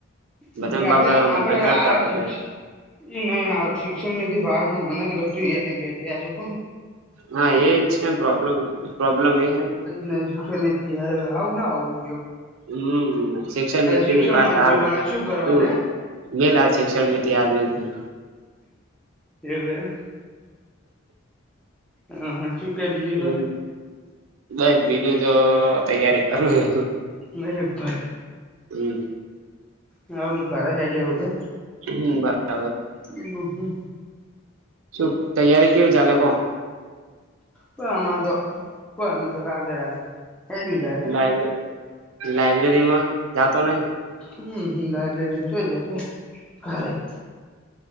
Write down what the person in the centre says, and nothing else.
એટલે
આપડે
આ
શિક્ષ એ નહી હાર શિક્ષણ નીથી બારમાં મન જ ઘટતું નહી બે આ શું કમ.
ને શિક્ષણ લેતી હારે આવું ના આવું
શિક્ષણ
મંત્રી
બને શું કરવાને
એવું એમ હ હા શું ક બીજું
તો
મેરે ભાઈ
હા મુું કરા હે ડી હ કે
બહુ
કોઈ અમા તો કોઈ અ તો રાગે રાગે હેડ્યું જાય કે
હમ્મ હમ્મ લાયબ્રેરી ચઈ જાય કે <unintelligible>